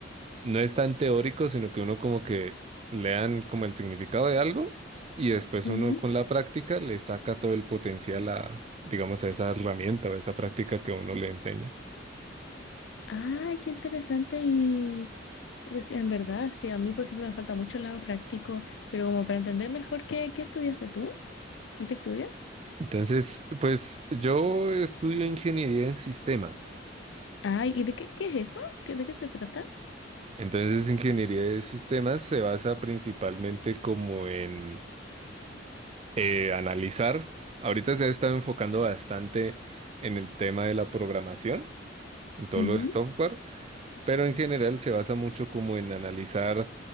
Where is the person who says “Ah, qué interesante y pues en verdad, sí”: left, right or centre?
Left